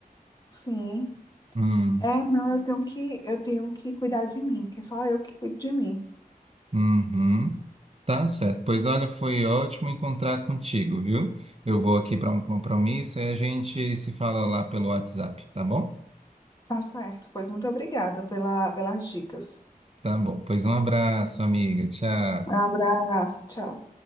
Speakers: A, on the left; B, on the right.
A: sim.
B: Hum,
A: É, não, eu tenho que, eu tenho que cuidar de mim, que é só eu que cuido de mim.
B: uhum. Tá certo. Pois olha, foi ótimo encontrar contigo, viu? Eu vou aqui para um compromisso e a gente se fala lá pelo WhatsApp, tá bom?
A: Tá certo, pois muito obrigada pela, pelas dicas.
B: Tá bom. Pois um abraço, amiga. Tchau.
A: Um abraço, tchau.